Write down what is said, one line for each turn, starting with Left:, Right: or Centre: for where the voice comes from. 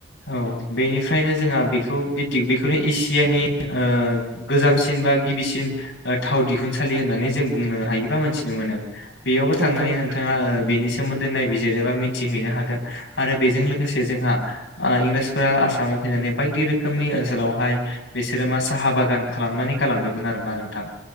Left: औ बेनिफ्रायनो जोंहा बेखौ बे दिगबैखौनो एसियानि ओ गोजामसिन बा गिबिसिन थाव दिहुनसालि होननानै जों बुंनो हायो बा मोनसे नुनो मोनो बेयावबो थांनानै
Right: औ नोंथां औ
Left: नोंथाङा बेनि सोमोन्दै नायबिजिरनो एबा मिथिहैनो हागोन आरो बेजों लोगोसे जोंहा इंराजफोरा आसामाव फैनानै बायदि रोखोमनि ओनसोलावहाय बिसोरो मा साहा बागान खालामनानै गालांदोंमोन आरोना नोंथां